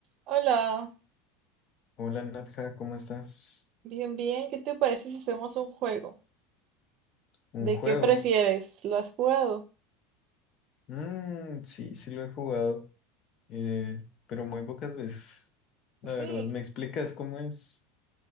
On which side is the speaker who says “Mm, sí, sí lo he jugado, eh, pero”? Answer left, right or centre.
Left